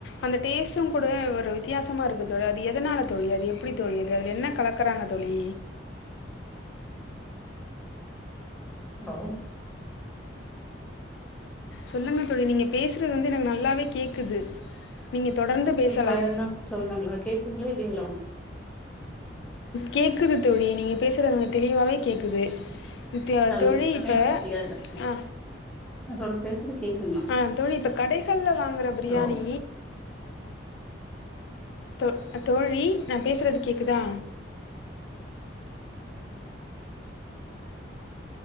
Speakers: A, on the left; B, in the centre.
A: அந்த டேஸ்டு கூட ஒரு வித்தியாசமா இருக்கு அது எதனால தோழி அது எப்டி தோழி அது அதுல என்ன கலக்கறாங்க தோழி
B: அலோ
A: சொல்லுங்க தோழி‌ நீங்க பேசுறது வந்து எனக்கு நல்லாவே கேக்குது நீங்க தொடர்ந்து பேசலா
B: உங்ளுக்கு வேற எதுனா சொல்ணுங்ளா கேக்குங்ளா இல்லைங்ளா உங்க
A: கேக்குது தோழி நீங்க பேசுறது எனக்கு தெளிவாவே கேக்குது த்தியா
B: நல்
A: தோழி இப்ப
B: எனக்கு சரியா இல்ல
A: ஆ
B: நா சொல் பேசுறது கேக்குதுங்களா உங்களுக்கு
A: ஆ தோழி இப்ப கடைகள்ல வாங்குற பிரியாணி
B: ஹலோ
A: தோ தோழி நா பேசுறது கேக்குதா